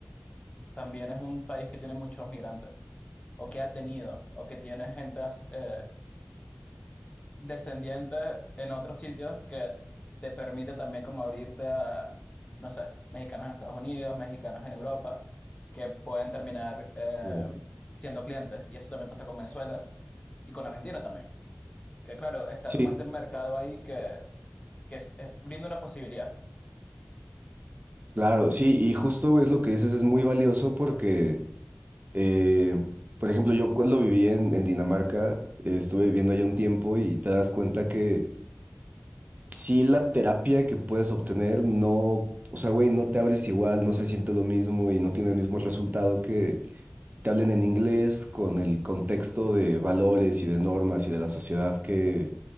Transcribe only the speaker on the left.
también es un país que tiene muchos migrantes, o que ha tenido, o que tiene gente, eh, descendientes en otros sitios que te permite también como abrirte a, no sé, mexicanos en Estados Unidos, mexicanos en Europa, que pueden terminar eh,
siendo clientes. Y eso también pasa con Venezuela y con Argentina también. Que claro, está
como ese mercado ahí que, que es- eh, brinda una posibilidad.